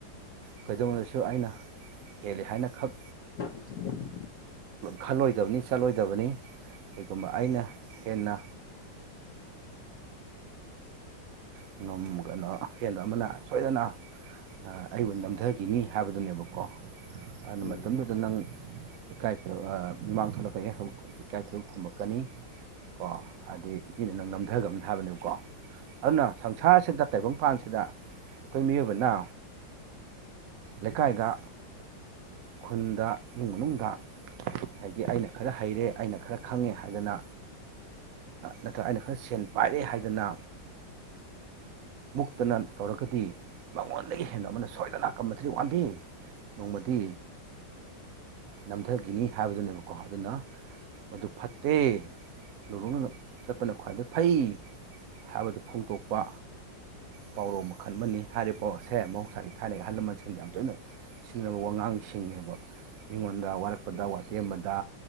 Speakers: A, on the right; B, on the left.
A: ꯀꯩꯗꯧꯗꯁꯨ ꯑꯩꯅ ꯍꯦꯜꯂꯤ ꯍꯥꯏꯅ ꯈꯛ
B: <unintelligible>
A: ꯈꯜꯂꯣꯏꯗꯕꯅꯤ ꯆꯠꯂꯣꯏꯗꯕꯅꯤ ꯀꯩꯒꯨꯝꯕ ꯑꯩꯅ ꯍꯦꯟꯅ ꯀꯩꯅꯣ ꯍꯦꯟꯕ ꯑꯃꯅ ꯁꯣꯏꯗꯅ ꯑꯩꯕꯨ ꯅꯝꯊꯈꯤꯅꯤ ꯍꯥꯏꯕꯗꯨꯅꯦꯕꯀꯣ ꯑꯗꯨꯅ
B: ꯎꯝ
A: ꯃꯇꯝꯗꯨꯗ ꯅꯪ ꯏꯀꯥꯏ ꯃꯤꯃꯥꯡ ꯊꯣꯛꯂꯛꯀꯅꯤ ꯏꯀꯥꯏ ꯈꯔ ꯈꯨꯝꯃꯛꯀꯅꯤ ꯀꯣ ꯍꯥꯏꯗꯤ ꯃꯤꯅ ꯅꯪ ꯅꯝꯊꯒꯕꯅꯤ ꯍꯥꯏꯕꯅꯦꯕꯀꯣ ꯑꯗꯨꯅ ꯁꯪꯁꯥꯔꯁꯤꯗ ꯇꯥꯏꯕꯪꯄꯥꯟꯁꯤꯗ ꯑꯩꯈꯣꯏ ꯃꯤꯑꯣꯏꯕꯅ ꯂꯩꯀꯥꯏꯗ ꯈꯨꯟꯗ ꯏꯃꯨꯡ ꯃꯅꯨꯡꯗ ꯍꯥꯏꯗꯤ ꯑꯩꯅ ꯈꯔ ꯍꯩꯔꯦ ꯑꯩꯅ ꯈꯔ ꯈꯪꯉꯦ ꯍꯥꯏꯗꯅ ꯅꯠꯇ꯭ꯔꯒ ꯑꯩꯅ ꯈꯔ ꯁꯦꯟ ꯄꯥꯏꯔꯦ ꯍꯥꯏꯗꯅ ꯃꯨꯛꯇꯅ ꯇꯧꯔꯒꯗꯤ ꯃꯉꯣꯟꯗꯒꯤ ꯍꯦꯟꯅ ꯑꯃꯅ ꯁꯣꯏꯗꯅ ꯀ ꯃꯊ꯭ꯗꯤ ꯋꯥꯟꯗꯦ ꯅꯣꯡꯃꯗꯤ ꯅꯝꯊꯈꯤꯅꯤ ꯍꯥꯏꯕꯗꯨꯅꯦꯕꯀꯣ ꯑꯗꯨꯅ ꯃꯗꯨ ꯐꯠꯇꯦ ꯂꯨꯂꯣꯛꯅ ꯆꯠꯄꯅ ꯈ꯭ꯋꯥꯏꯗꯩ ꯐꯩ ꯍꯥꯏꯕꯗꯨ ꯐꯣꯡꯗꯣꯛꯄ ꯄꯥꯎꯔꯧ ꯃꯈꯜ ꯑꯃꯅꯤ ꯍꯥꯏꯔꯤꯕ ꯄꯥꯎ ꯑꯁꯦ ꯃꯍꯧꯁꯥꯒꯤ ꯊꯥꯏꯅꯒꯤ ꯑꯍꯜ ꯂꯃꯟꯁꯤꯡꯗ ꯌꯥꯝ ꯇꯣꯏꯅ ꯁꯤꯡꯅꯕ ꯋꯥꯉꯥꯡꯁꯤꯡꯅꯦꯕ ꯃꯤꯉꯣꯟꯗ ꯋꯥꯔꯛꯄꯗ
B: ꯎꯝ
A: ꯋꯥꯇꯦꯝꯕꯗ